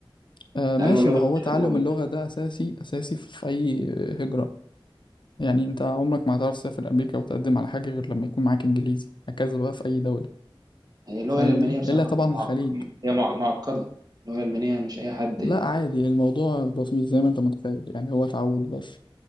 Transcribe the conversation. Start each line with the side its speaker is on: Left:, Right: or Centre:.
Left: آه،
Right: تعلم
Left: ماشي
Right: اللغه
Left: ما هو تعلم
Right: مولد
Left: اللغة ده أساسي أساسي في أي هجرة يعني أنت عمرك ما هتعرف تسافر أمريكا وتقدم على حاجة غير لما يكون معاك إنجليزي هكذا بقى في أي دولة
Right: هي اللغه
Left: فاهمني
Right: الالمانيه بصراحه
Left: إلا طبعا
Right: معق-
Left: الخليج
Right: هي مع- معقده اللغه الالمانيه مش اي حد
Left: لا عادي الموضوع بسيط زي ما أنت متخيل يعني هو تعود بس